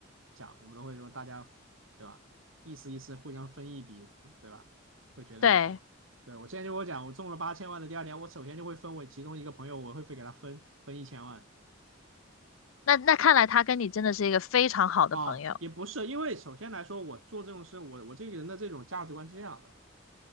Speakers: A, on the right; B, on the left.
A: 奖，我们都会说大家，对吧？意思意思，互相分一笔，对吧？会觉得那些。
B: 对，
A: 对，我之前就跟我讲，我中了八千万的第二年，我首先就会分我其中一个朋友，我会会给他分分一千万。
B: 那那看来他跟你真的是一个非常好的朋友。
A: 啊，也不是，因为首先来说，我做这种事，我我这个人的这种价值观是这样的